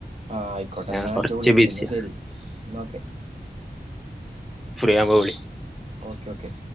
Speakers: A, on the right; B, in the centre.
A: ആ ആയിക്കോട്ടെ?
B: ഞാൻ
A: എന്നാ
B: കൊറച്ച്
A: ജ് വിളിച്ചു
B: ബിസിയാ
A: ശെരി എന്നോക്കെ.
B: ഫ്രിയാവുമ്പോ വിളി.
A: Okay okay.